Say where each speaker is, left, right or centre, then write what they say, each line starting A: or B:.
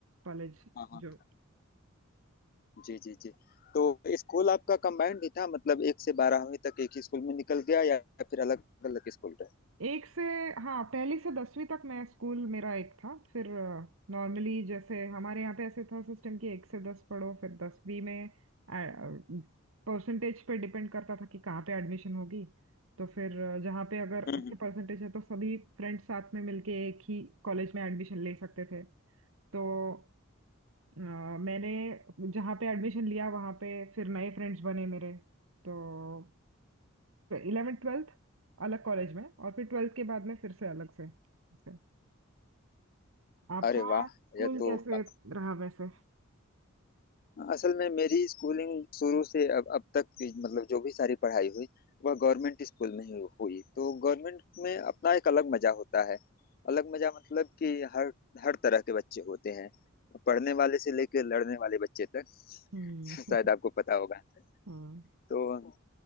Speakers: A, on the right; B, on the left.
A: कॉलेज
B: हाँ हाँ।
A: जो
B: जी, जी, जी। तो स्कूल आपका कंबाइंड ही था मतलब 1 से 12वीं तक एक ही स्कूल में निकल गया या फिर अलग-अलग स्कूल रहे?
A: एक से हाँ पहली से दसवीं तक मैं स्कूल मेरा एक था फिर नॉर्मली जैसे हमारे यहाँ पे ऐसे था सिस्टम कि एक से दस पढ़ो फिर दसवीं में परसेंटेज पे डिपेंड करता था कि कहाँ पे एडमिशन होगी तो फिर अ, जहाँ पे अगर
B: हम्म
A: अच्छे
B: हम्म।
A: परसेंटेज है तो सभी फ्रेंड्स साथ में मिलके एक ही कॉलेज में एडमिशन ले सकते थे तो अ, मैंने जहाँ पे एडमिशन लिया वहाँ पे फिर नए फ्रेंड्स बने मेरे तो इलेवेंथ ट्वेल्थ अलग कॉलेज में और फिर ट्वेल्थ के बाद में फिर से अलग से से। आपका
B: अरे वाह!
A: स्कूल
B: यह
A: ये
B: तो
A: तो कैसे
B: काफ़ी
A: रहा वैसे
B: असल में मेरी स्कूलिंग शुरू से अब अब तक की मतलब जो भी सारी पढ़ाई हुई, वह गवर्नमेंट स्कूल में ही हुई। तो गवर्नमेंट में अपना एक अलग मज़ा होता है। अलग मज़ा मतलब कि हर हर तरह के बच्चे होते हैं। पढ़ने वाले से लेके लड़ने वाले बच्चे तक <laughs>
A: हम्म <laughs>
B: शायद आपको पता होगा।
A: हम्म
B: तो